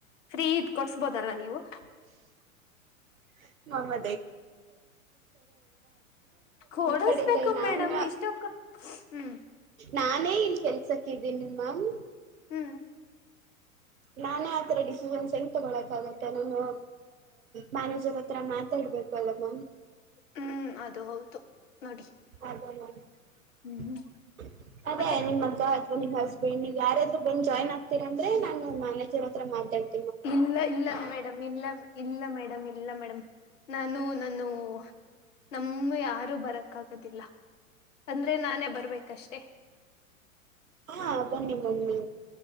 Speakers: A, on the left (about 60°); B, on the right (about 75°).
A: ಫ್ರೀ ಇಟ್ ಕೊಡ್ಸ್ಬೋದಲ್ಲಾ ನೀವು
B: <unintelligible> ನಮ
A: ಕೊಡಸ್ಬೇಕು
B: ಕಡೆ ಗೇ ನಾನು
A: ಮೇಡಮ್ ಇಷ್ಟೊಕ್ಕ ಹ್ಮ್
B: ನಾನೇ ಇಲ್ಲಿ ಕೆಲ್ಸಕ್ಕೆ ಇದ್ದೀನಿ ಮ್ಯಾಮ್
A: ಹ್ಮ್
B: ನಾನೇ ಆತರ ಡಿಸಿಷನ್ಸ್ ಹೆಂಗ ತಗೊಳಕಾಗುತ್ತೆ ನಾನು ಮ್ಯಾನೇಜರ್ ಹತ್ರ ಮಾತಾಡ್ಬೇಕಲ್ಲಾ ಮ್ಯಾಮ್
A: ಹ್ಮ್ ಅದು ಹೌದು ನೋಡಿ.
B: <unintelligible>
A: ಹ್ಮ್
B: ಅದೇ
A: ಮತ್ತೆ
B: ನಿಮ್ಮ ಮಗಾ ನಿಮ್ಮ ಹಸ್ಬೆಂಡ ಯಾರಾದ್ರು ಬಂದು ಜಾಯ್ನ್ ಆಗ್ತೀರ ಅಂದ್ರೆ ನಾನು ಮ್ಯಾನೇಜರ್ ಹತ್ರ ಮಾತಾಡ್ತೀನ
A: ಇಲ್ಲಾ ಇಲ್ಲಾ ಮೇಡಮ್ ಇಲ್ಲಾ ಇಲ್ಲಾ ಮೇಡಮ್ ಇಲ್ಲಾ ಇಲ್ಲಾ ಮೇಡಮ್ ನಾನು ನಾನು ನಮ್ಮ ಯಾರು ಬರಕ ಆಗುದಿಲ್ಲ ಅಂದ್ರೆ ನಾನೇ ಬರ್ಬೇಕಷ್ಟೇ
B: ಹಾ ಬನ್ನಿ ಬನ್ನಿ